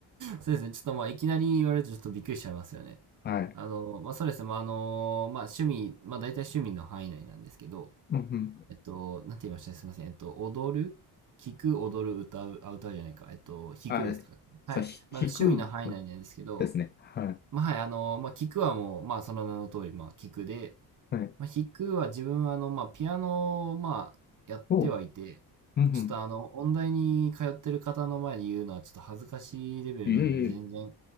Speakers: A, on the right; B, on the left.
A: そうですね。ちょっとまあ、いきなり言われるとちょっとびっくりしちゃいますよね。
B: はい。
A: あの、まあ、そうですね。まあ、あの、まあ、趣味、まあ、大体趣味の範囲内なんですけど、
B: うんうん。
A: えっと、なんて言いましたすいません。えっと、踊る聞く、踊る、歌う、あ、歌うじゃないか。えっと、弾くですか。
B: あ、
A: はい。
B: そう、ひ、
A: まあ、趣味の範囲内なんですけど、
B: 弾くですね。はい。
A: まあ、はい、あの、まあ、聞くはもう、まあ、その名の通り、まあ、聞くで、
B: はい。
A: まあ、弾くは自分はあの、まあ、ピアノをまあ、やってはいて、
B: おう。んうん。
A: ちょっとあの、音大に通ってる方の前で言うのはちょっと恥ずかしいレベルなので、
B: いえいえ。
A: 全然、